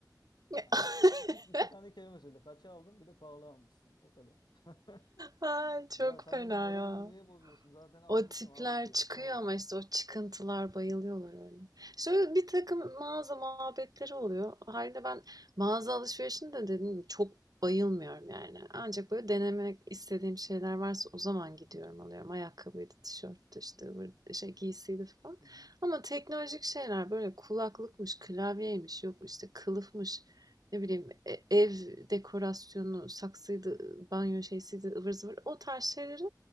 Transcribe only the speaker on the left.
hani iki, iki tane kelime söyledi kaça aldım, bir de pahalı almışsın o kadar <laughs>
ya sen
benim moralimi
niye bozuyorsun zaten almışım
abicim
ha.
Hı hı.
Hı hı.